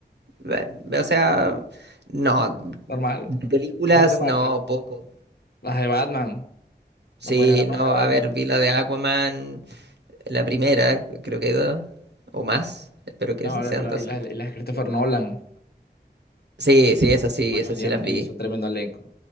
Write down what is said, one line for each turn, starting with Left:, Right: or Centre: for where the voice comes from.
Right: eh, o sea, no,
Left: Normal,
Right: de películas
Left: no te mata.
Right: no, poco.
Left: Las de Batman,
Right: Sí,
Left: no puedes ver
Right: no,
Left: las de Batman.
Right: a ver, vi la de Aquaman, la primera, creo que hay dos, o más. Espero que
Left: No,
Right: sean
Left: pero
Right: dos
Left: ahí las,
Right: solamente.
Left: y las de Christopher Nolan,
Right: Sí, sí, esas sí,
Left: coño,
Right: esas
Left: el Liam
Right: sí las
Left: Neeson,
Right: vi.
Left: tremendo elenco.